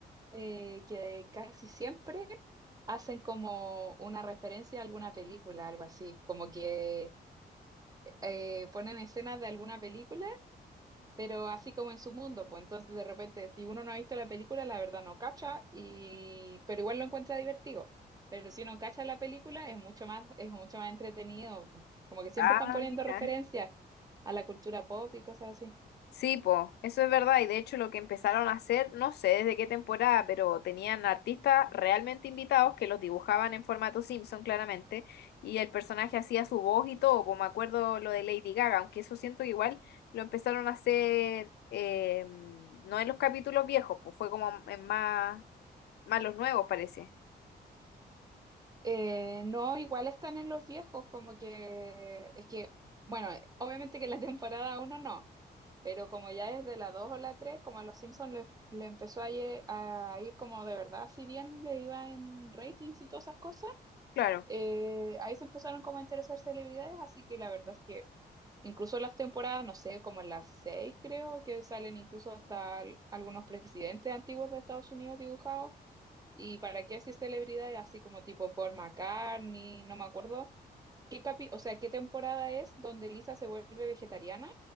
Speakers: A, on the right; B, on the left.
A: eh, que casi siempre hacen como una referencia a alguna película, algo así, como que eh, ponen escenas de alguna película, pero así como en su mundo, pues entonces de repente si uno no ha visto la película, la verdad no cacha, y... pero igual lo encuentra divertido, pero si uno cacha la película es mucho más, es mucho más entretenido, como que siempre
B: Ah,
A: están poniendo
B: mira.
A: referencias a la cultura pop y cosas así.
B: Sí, po, eso es verdad. Y de hecho lo que empezaron a hacer, no sé desde qué temporada, pero tenían artistas realmente invitados que los dibujaban en formato Simpson, claramente, y el personaje hacía su voz y todo, po, me acuerdo lo de Lady Gaga, aunque eso siento que igual lo empezaron a hacer eh, no en los capítulos viejos, pues fue como en más, más los nuevos, parece.
A: Eh, no, igual están en los viejos, como que es que, bueno, obviamente que en la <laughs> temporada uno no, pero como ya es de la 2 o la 3 como a los Simpsons le, le empezó a, ye- a ir como de verdad, si bien le iba en ratings y todas esas cosas,
B: Claro.
A: eh, ahí se empezaron como a interesar celebridades, así que la verdad es que incluso las temporadas, no sé, como en las 6 creo, que salen incluso hasta al- algunos presidentes antiguos de Estados Unidos dibujados. ¿Y para qué así celebridades así como tipo Paul McCartney? No me acuerdo. ¿Qué capi- o sea, qué temporada es donde Lisa se vuelve vegetariana?